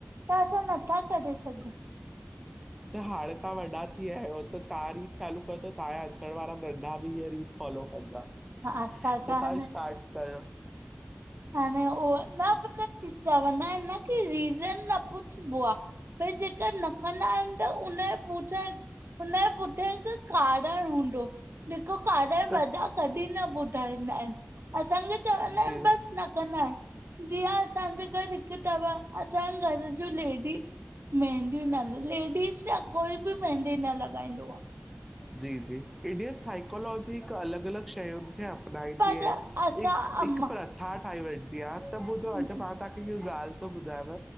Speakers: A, on the right; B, in the centre.
A: त असां नथा करे सघूं।
B: त हाणे तां वॾा थी विया आहियो, त ता रीत चालू कयो त तहां जा अचणु वारा नढा बि इहे रीत फॉलो कंदा, त
A: हा असां
B: तव्हांजे
A: त हाणे
B: स्टार्ट कयो।
A: हाणे उह ना, चवंदा आहिन न कि रीज़न न पुछबो आ। भइ जेका न कंदा आहिनि त उन जे पुठया हुनजे पुठियां हिकु कारण हूंदो। जेको कारण
B: त
A: वॾा कॾहिं न ॿुधाईंदा आहिनि। असांखे चवंदा
B: जी
A: आहिनि बसि न कंदा आहिनि। जीअं असांजे घर हिकु तव, असांजे घर जूं लेडीस मेहंदी न, लेडीस छा कोई बि मेहंदी न लॻाईंदो आ।
B: जी जी, इंडियन साइकोलॉजी हिकु अलॻि अलॻि शयुनि खे आ ठाहींदी
A: पर
B: आ,
A: असां
B: हिक हिक
A: अम्मा
B: प्रथा ठाही वेंदी आ, इह
A: जी
B: ॻाल्हि थो ॿुधायांव,